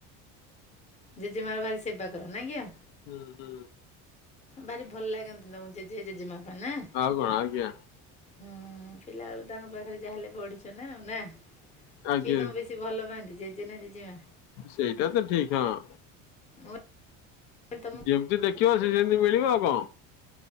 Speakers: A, on the left; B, on the left.
A: ଜେଜେମାର ଭାରି ସେବା କର ନା ଆଜ୍ଞ
B: ହୁଁ ହୁଁ।
A: ଭାରି ଭଲ ଲାଗନ୍ତି ତମକୁ ଜେଜେ ଜେଜେମାପା ନା।
B: ଆଗଣ ଆଜ୍ଞା।
A: ହୁଁ ପିଲା ବେଳୁ ତାଙ୍କ ପାଖରେ ଯାହା ହେେଲେ ପଢିଛ ନା ଆଉ ନା କିଏ
B: ଆଜ୍ଞା।
A: ତମେ ବେଶ କି ଭଲ ପାଆନ୍ତି ଜେଜେ ନା ଜେଜେମା।
B: ସେଇଟା ତ ଠିକ ହଁ।
A: ମୁଁ କହିଲି ତମକୁ
B: ଯେମିତି ଦେଖିବ ସେ ସେମିତି ମିଳିବ ଆଉ କଣ।